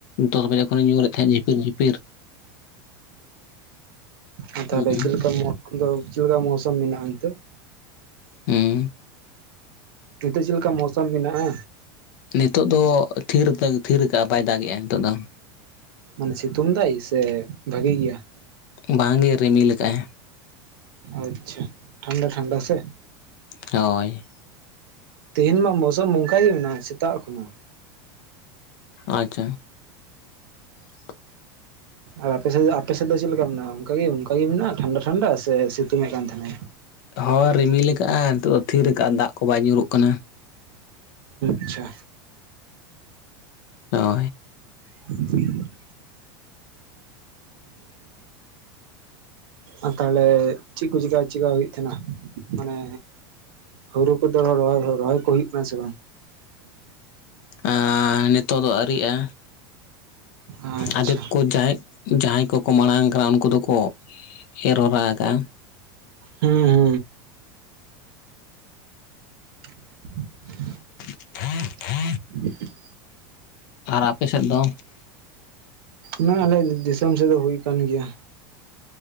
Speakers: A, on the left; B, on the right.
A: ᱫᱚᱥ ᱵᱟᱡᱮ ᱠᱷᱚᱱᱮ ᱧᱩᱨᱮᱫ ᱛᱟᱦᱮᱸᱫ ᱡᱷᱤᱯᱤᱨ ᱡᱷᱤᱯᱤᱨ᱾
B: ᱚ ᱛᱟᱦᱞᱮ
A: ᱦᱩᱸ
B: ᱪᱮᱫ ᱞᱮᱠᱟ ᱫᱚ ᱪᱮᱫ ᱞᱮᱠᱟ <unintelligible> ᱢᱚᱣᱥᱩᱢ ᱢᱮᱱᱟᱜᱼᱟ ᱱᱤᱛᱳᱜ?
A: ᱦᱩᱸ
B: ᱱᱤᱛᱚᱜ ᱪᱮᱫ ᱞᱮᱠᱟ ᱢᱳᱥᱚᱢ ᱢᱮᱱᱟᱜᱼᱟ?
A: ᱱᱤᱛᱚᱜ ᱫᱚ ᱛᱷᱤᱨ ᱠᱟ ᱛᱷᱤᱨ ᱠᱟᱜᱼᱟ ᱵᱟᱭ ᱫᱟᱜᱮᱜᱼᱟ ᱱᱤᱛᱚᱜ ᱫᱚ᱾
B: ᱢᱟᱱᱮ ᱥᱤᱛᱩᱝ ᱫᱟᱭ ᱥᱮ ᱵᱷᱟᱜᱤ ᱜᱮᱭᱟ?
A: ᱵᱟᱝᱜᱮ ᱨᱤᱢᱤᱞ ᱠᱟᱜᱼᱟᱭ᱾
B: ᱟᱪᱪᱷᱟ ᱴᱷᱟᱱᱰᱟ ᱴᱷᱟᱱᱰᱟ ᱥᱮ?
A: ᱦᱳᱭ᱾
B: ᱛᱮᱤᱦᱮᱧ ᱢᱟ ᱢᱳᱥᱩᱢ ᱱᱚᱝᱠᱟ ᱜᱮ ᱢᱮᱱᱟᱜᱼᱟ ᱥᱮᱛᱟᱜ ᱠᱷᱚᱱᱟᱜ᱾
A: ᱟᱪᱪᱷᱟ᱾ <inaudible>
B: ᱟᱨ ᱟᱯᱮ ᱥᱮᱫ ᱫᱚ ᱟᱯᱮ ᱥᱮᱫ ᱫᱚ ᱪᱮᱫ ᱞᱮᱠᱟ ᱢᱮᱱᱟᱜᱼᱟ? ᱚᱱᱠᱟ ᱜᱮ ᱚᱱᱠᱟᱜ ᱜᱮ ᱢᱮᱱᱟᱜᱼᱟ ᱴᱷᱟᱱᱰᱟ ᱴᱷᱟᱱᱰᱟ ᱥᱮ ᱥᱤᱛᱩᱝ ᱮᱫ ᱠᱟᱱ ᱛᱟᱦᱮᱱᱟᱭ?
A: ᱦᱳᱭ ᱨᱤᱢᱤᱞ ᱠᱟᱜᱼᱟ ᱱᱤᱛᱳᱜ ᱫᱚ ᱛᱷᱤᱨ ᱠᱟᱜᱼᱟ ᱫᱟᱜ ᱠᱚ ᱵᱟᱭ ᱧᱩᱨᱩᱜ ᱠᱟᱱᱟ᱾
B: ᱟᱪᱷᱟ
A: ᱦᱳᱭ
B: <inaudible> ᱟᱨ ᱛᱟᱦᱚᱞᱮ ᱪᱮᱜ ᱠᱚ ᱪᱤᱠᱟ ᱪᱮᱠᱟ ᱦᱩᱭᱩᱜ ᱛᱟᱦᱮᱱᱟ ᱢᱟᱱᱮ ᱦᱩᱨᱩ ᱠᱚᱫᱚ ᱨ ᱨᱚᱦᱚᱭ ᱠᱚ ᱦᱩᱭᱩᱜ ᱠᱟᱱᱟ ᱥᱮ ᱵᱟᱝ?
A: ᱟ ᱱᱤᱛᱚᱜ ᱫᱚ ᱟᱹᱣᱨᱤᱜᱼᱟ
B: ᱟᱪᱪᱷᱟ
A: ᱟᱫᱮᱠ ᱠᱚ ᱡᱟᱦᱟᱸᱭ ᱡᱟᱦᱟᱸᱭ ᱠᱚᱠᱚ ᱢᱟᱲᱟᱝ ᱠᱟᱱᱟ ᱩᱱᱠᱩ ᱫᱚᱠᱚ ᱮᱨ ᱦᱚᱨᱟ ᱠᱟᱜᱼᱟ
B: ᱦᱩᱸ ᱦᱩᱸ <inaudible>
A: <inaudible>
B: <inaudible>
A: ᱟᱨ ᱟᱯᱮ ᱥᱮᱫ ᱫᱚ
B: ᱱᱚᱜᱼᱚᱭ ᱟᱞᱮ ᱫᱤᱥᱚᱢ ᱥᱮᱫ ᱫᱚ ᱦᱩᱭ ᱠᱟᱱ ᱜᱮᱭᱟ